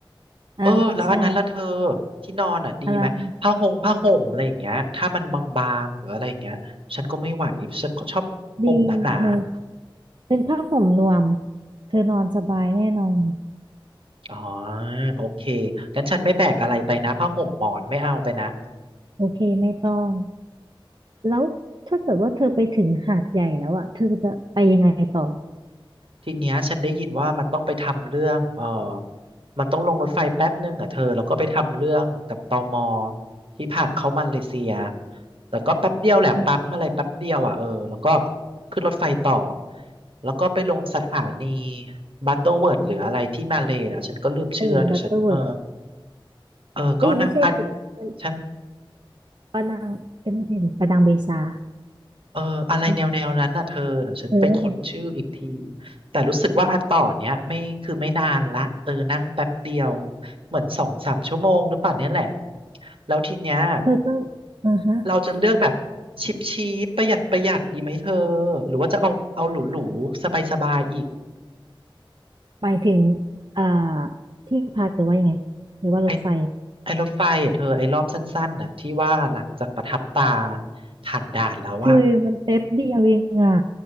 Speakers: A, on the right (about 60°); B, on the right (about 80°).
A: อ่ะใช่
B: เออแล้วอันนั้นละเธอที่นอนอ่ะดีไหมผ้าหงผ้าห่มอะไรอย่างเงี้ยถ้ามันบางๆหรืออะไรอย่างเงี้ยฉันก็ไม่ไหวฉันก็ชอบห่มหนา
A: อะไรดีเธอเป็นผ้าห่มนวมเธอนอนสบายแน่นอน
B: อ๋อโอเคงั้นฉันไม่แบกอะไรไปนะผ้าห่มหมอนไม่เอาไปนะ
A: โอเคไม่ต้องแล้วถ้าเกิดว่าเธอไปถึงหาดใหญ่แล้วอ่ะเธอจะไปยังไงต่อ
B: ทีเนี้ยฉันได้ยินว่ามันต้องไปทำเรื่องเออมันต้องลงรถไฟแป๊บหนึงอ่ะเธอแล้วก็ไปทำเรื่องกับตมที่ผ่านเข้ามาเลเซียแต่ก็แป๊บเดียวแหละปั๊มอะไรแป๊บเดียวอ่ะเออแล้วก็
A: อืม
B: ขึ้นรถไฟต่อแล้วก็ไปลงสถานีบัตเตอร์เวิร์ดหรืออะไรที่มาเลย์อ่ะฉันก็ลืมชื่อแต่ฉันเออ
A: เออบัตเตอร์เวิร์
B: เออก็นะอัน
A: เอ้ยไม่ใช่สิมัน
B: ฉัน
A: ปานังเอ้ยไม่ใช่ดิปานังเบซา
B: เอออะไรแนวแนวนั้นน่ะเธอเดี๋ยวฉันไปค้นชื่ออีกที
A: ปะเออนั่นมัน
B: แต่รู้สึกว่าอันต่อเนี้ยไม่คือไม่นานละเออนั่งแป๊บเดียวเหมือนสองสามชั่วโมงหรือเปล่าเนี้ยแหละแล้วทีเนี้ย
A: เธอต้องอ่าฮะ
B: เราจะเลือกแบบชิปชีปประหยัดประหยัดดีไหมเธอหรือว่าจะเอาเอาหรูหรูสบายสบายๆอีก
A: หมายถึงอ่าที่พักหรือว่ายังไงหรือว่ารถไฟ
B: ไอไอรถไฟอ่ะเธอไอรอบสั้นๆน่ะที่ว่าหลังจากประทับตาผ่านด่านแล้วอะ
A: เธอมันแป๊บเดียวเองอ่ะ